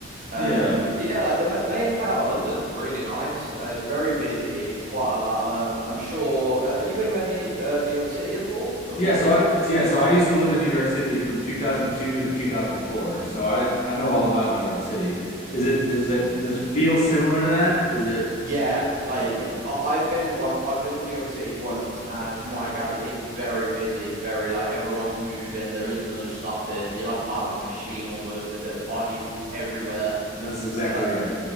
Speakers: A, on the right; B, on the left.
A: Um,
B: Yeah.
A: but yeah, like the ma- main part of London's really nice. Uh, it's very busy. It's quite a lot. Um, I'm sure. Uh, are you anywhere near uh, New York City at all, or
B: Yeah.
A: have you been?
B: So I so yeah. So I used to live in New York City from 2002 to 2004. So I I know all about New York City. Is it is it does it feel similar to that? Is it
A: Yeah, like
B: okay?
A: I- I've been one, I've been to New York City once, and from what I gathered, it's very busy, very like everyone's moving. There is no stopping. You're like part of a machine almost with uh, bodies everywhere.
B: That's exactly
A: Uh,
B: right.